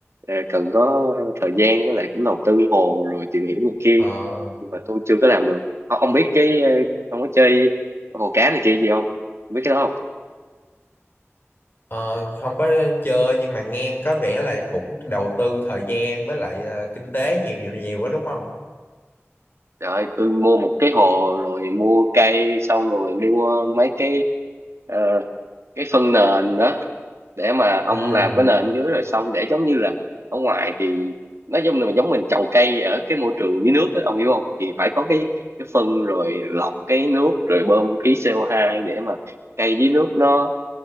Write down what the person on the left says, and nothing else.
Ờ,
ờ, không có chơi nhưng mà nghe có vẻ là cũng đầu tư thời gian với lại ờ, kinh tế nhiều nhiều quá đúng không?
Ừ,